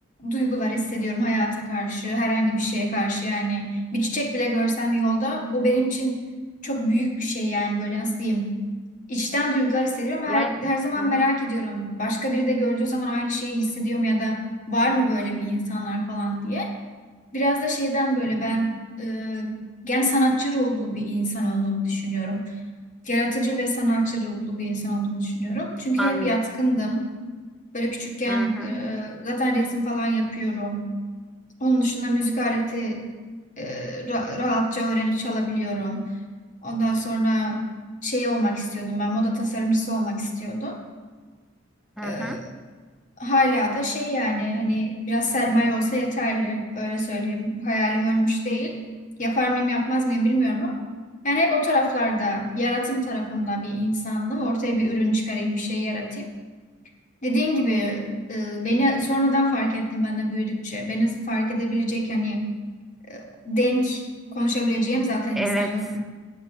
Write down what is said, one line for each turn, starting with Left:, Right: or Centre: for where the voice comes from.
Left: duygular hissediyorum hayata karşı, herhangi bir şeye karşı yani bir çiçek bile görsem yolda o benim için çok büyük bir şey yani böyle nasıl diyeyim içten duygular hissediyorum ve
Centre: Yani
Left: her, her zaman
Centre: hı hı,
Left: merak ediyorum başka biri de gördüğü zaman aynı şeyi hissediyor mu ya da var mı böyle bir insanlar falan diye. Biraz da şeyden böyle ben e, gen sanatçı ruhlu bir insan olduğumu düşünüyorum yaratıcı ve sanatçı ruhlu bir insan olduğumu düşünüyorum. Çünkü
Centre: anladım.
Left: hep yatkındım. Böyle küçükken
Centre: Hı hı.
Left: e, zaten resim falan yapıyorum. Onun dışında müzik aleti e, ra- rahatça öğrenip çalabiliyorum. Ondan sonra şey olmak istiyordum ben moda tasarımcısı olmak istiyordum.
Centre: Hı
Left: E,
Centre: hı.
Left: hala da şey yani hani biraz sermaye olsa yeterli öyle söyleyeyim. Hayalim ölmüş değil. Yapar mıyım yapmaz mıyım bilmiyorum ama yani hep o taraflarda yaratım tarafında bir insandım. Ortaya bir ürün çıkarayım bir şey yaratayım. Dediğin gibi e, beni sonradan fark ettim ben de büyüdükçe. Beni fark edebilecek hani denk konuşabileceğim zaten
Centre: Evet.
Left: insan yok.